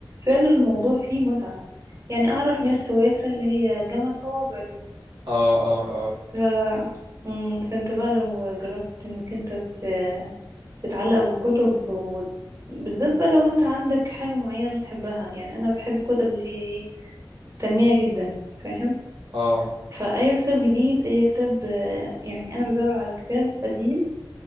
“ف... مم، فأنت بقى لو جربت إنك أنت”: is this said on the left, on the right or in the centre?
Right